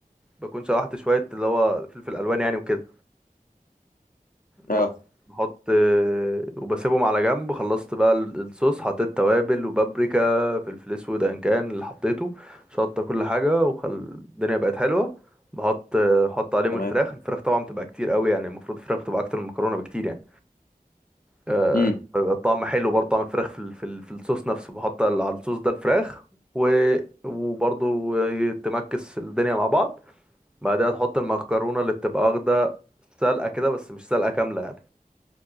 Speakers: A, in the centre; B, on the left.
A: بكون شوحت شويه اللي هو فلفل الوان يعني وكده
B: اه
A: بس بحط وبسيبهم على جنب خلصت بقى ال- الصوص حطيت توابل وبابريكا فلفل اسود ان كان اللي حطيته شطه كل حاجه وخل الدنيا بقت حلوه بحط احط عليهم
B: تمام
A: الفراخ الفراخ طبعا بتبقى كتير قوي يعني المفروض الفراخ بتبقى اكتر من المكرونه بكتير يعني آه،
B: امم
A: بيبقى طعم حلو برضه طعم الفراخ في ال- في ال- في الصوص نفسه بحط ال- على الصوص ده الفراخ و وبرضه تمكس الدنيا مع بعض بعدها تحط المكرونة اللي بتبقى واخدة سلقة كده بس مش سلقة كاملة يعني